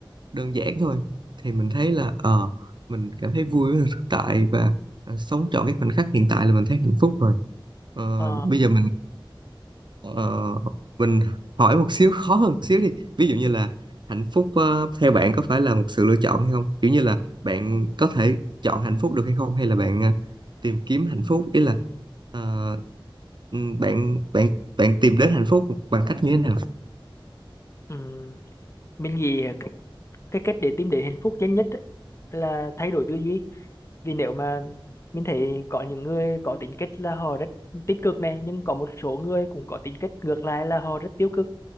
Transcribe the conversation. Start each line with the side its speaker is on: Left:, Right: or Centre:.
Right: đơn giản thôi thì mình thấy là ờ, mình cảm thấy vui với thực tại và ờ, sống trọn cái khoảnh khắc hiện tại là mình thấy hạnh phúc rồi Ờ,
Left: Ờ,
Right: bây giờ mình Ờ, mình hỏi một xíu khó hơn một xíu đi ví dụ như là hạnh phúc ờ, theo bạn có phải là một sự lựa chọn hay không kiểu như là bạn có thể chọn hạnh phúc được hay không hay là bạn ờ, tìm kiếm hạnh phúc ý là ờ, ừm, bạn bạn bạn tìm đến hạnh phúc bằng cách như thế nào
Left: ừm, mình nghĩ cái, cái cách để tìm đến hạnh phúc nhanh nhất ấy là thay đổi tư duy vì nếu mà mình thấy có những người có tính cách là họ rất tích cực này nhưng có một số người cũng có tính cách ngược lại là họ rất tiêu cực